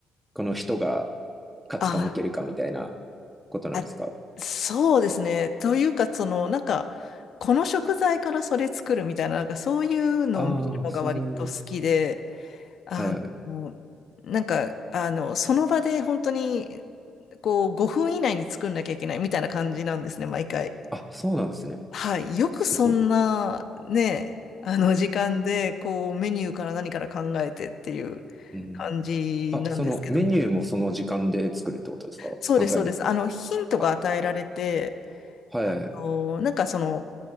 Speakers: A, in the centre; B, on the left.
A: この人が勝つか負けるかみたいな
B: あ、
A: ことなんですか
B: あ、そうですね。というか、その、なんか、この食材からそれ作るみたいな、なんかそういうのを見るのが割と好きで、
A: ああー、そういう。
B: あの、
A: はいはい。
B: なんか、あの、その場で本当に、こう、5分以内に作んなきゃいけないみたいな感じなんですね、毎回。
A: あ、そうなんですね。
B: はい。よくそんな、
A: すご
B: ね、あの時間で、こう、メニューから何から考えてっていう
A: い。うん。
B: 感じなんですけども。
A: あ、そのメニューもその時間で作るってことですか考える
B: そうです、そうです。あの、ヒントが与えられて、
A: あ、はいはい。
B: あの、なんかその、